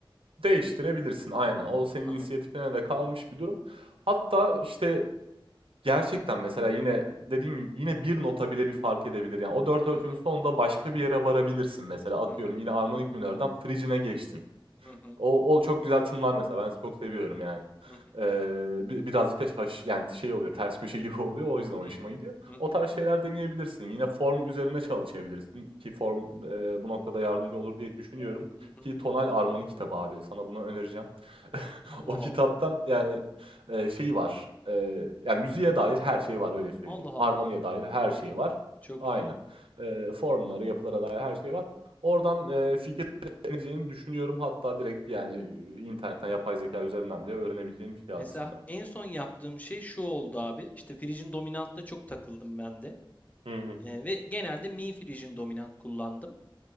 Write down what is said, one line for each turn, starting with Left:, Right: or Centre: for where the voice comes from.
Right: Değiştirebilirsin aynen. O senin
Left: Anladım.
Right: inisiyatifine de kalmış bir durum. Hatta işte gerçekten mesela yine dediğim yine bir nota bile bir fark edebilir. Yani o dört ölçünün
Left: Hı hı.
Right: sonunda başka bir yere varabilirsin mesela. Atıyorum
Left: Hı hı.
Right: yine armonik minörden frigine geçtin.
Left: Hı hı.
Right: O o çok güzel tınlar mesela. Ben çok seviyorum yani.
Left: Hı hı.
Right: Eee, bi birazcık da şaş yani şey oluyor, ters köşe <laughs> gibi oluyor. O yüzden hoşuma
Left: Hı hı.
Right: gidiyor.
Left: Hı hı.
Right: O tarz şeyler deneyebilirsin. Yine form üzerine çalışabilirsin ki form, eee, bu noktada yardımcı olur diye düşünüyorum
Left: Hı hı.
Right: ki Tonal Armoni kitabı abi. Sana bunu önereceğim. <laughs>
Left: Allah
Right: O kitaptan
Left: Allah.
Right: yani, eee, şey var, eee, ya müziğe dair her şey var öyle söyleyeyim.
Left: Allah Allah.
Right: Armoniye dair her şey var.
Left: Çok
Right: Aynen.
Left: iyi.
Right: Eee, formlara, yapılara dair her şey var. Oradan, eee, fikir Öğrenebileceğini düşünüyorum. Hatta direkt, yani, eee, internetten yapay zeka üzerinden bile öğrenebileceğin bir şey
Left: Mesela
Right: aslında.
Left: en son yaptığım şey şu oldu abi. İşte Frisian Dominant'ta çok takıldım ben de.
Right: Hı hı.
Left: Ee, ve genelde Mi Frisian Dominant kullandım.